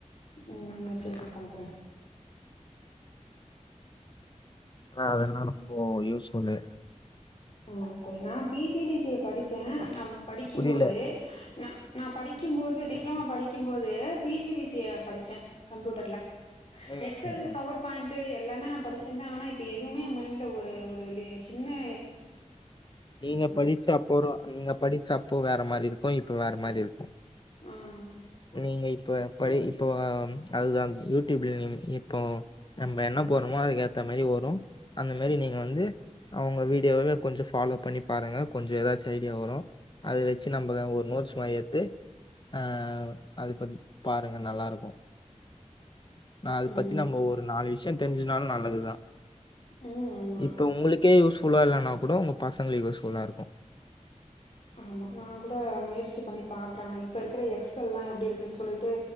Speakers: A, on the left (about 55°); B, on the left (about 40°).
A: உம் முயற்சி பண்ணி பாக்றெ
B: ஆ <unintelligible> ரொம்பொ யூஸ் சொல்லு
A: ஆஹ் செரி நா P G D C A படிச்சே நம் படிக்கிம்போது
B: புரியல
A: ந நா படிக்கிம்போது டிப்ளமோ படிக்கிம்போது P G D C A படிச்சே கம்ப்யூட்டர்ல
B: ம்
A: எக்ஸ் எல்
B: ம்
A: பவர் பாயிண் டு எல்லாமே நா படுச்செந்தா ஆனா இப்ப எதுவுமே எ மைண்ட்ல ஒரு ஒரு வெள்ளையாய்ர்ச்சு இனிமே
B: நீங்க படிச்ச அப்பறோ நீங்க படிச்ச அப்போ வேற மாரி இருக் கையெழுத்து வேற மாரி இருக்கு
A: உம்
B: நீங்க இப்ப படி இப்ப அதுதா யூட்யூப்ல இப்ப நம்ப என்ன போட்றமோ அதுக்கேத்த மாரி வரு அந்த மாரி நீங்க வந்து அவுங்க வீட் இப்பவே கொஞ்சோ ஃபாலோ பண்ணி பாருங்க கொஞ்சோ ஏதாச்சு ஐடியா வரோ அத வெச்சு நம்ம ஒரு நோட்ஸ் மாரி எத்து ஆ அத பாருங்க நல்லாருக்கோ ஆ அத
A: ம்
B: பத்தி நம்ம ஒரு நாலு விஷயோ தெரிஞ்சினாலு நல்லதுதா
A: ம் ஆமா
B: இப்ப உங்ளுக்கே யூஸ் புல்லா இல்லன்னா கூட உங்க பசங்களுக்கு யூஸ் ஃபுல்லா இருக்கோ
A: ஆமா நா கூட முயற்சி பண்ணிப் பாக்றனா இப்ப இருக்கிற எக்ஸ் எல்லா எப்டி இருக்குன்னு சொல்லிட்டு